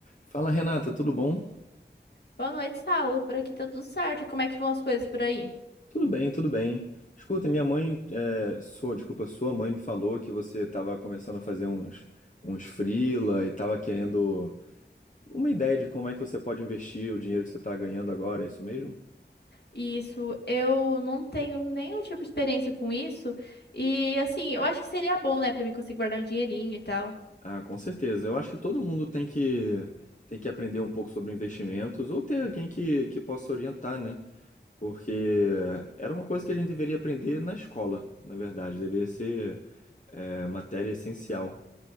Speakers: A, on the left; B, on the left.
A: Fala Renata, tudo bom?
B: Boa noite, Saulo. Por aqui tá tudo certo. Como é que vão as coisas por aí?
A: Tudo bem, tudo bem. Escuta, minha mãe, é, sua, desculpa, sua mãe me falou que você estava começando a fazer uns, uns freela e estava querendo uma ideia de como é que você pode investir o dinheiro que você está ganhando agora, é isso mesmo?
B: Isso, eu não tenho nenhum tipo de experiência com isso. E assim, eu acho que seria bom, né, pra mim conseguir guardar um dinheirinho e tal.
A: Ah, com certeza. Eu acho que todo mundo tem que tem que aprender um pouco sobre investimentos ou ter alguém que, que possa orientar, né? Porque era uma coisa que a gente deveria aprender na escola, na verdade, deveria ser é, matéria essencial.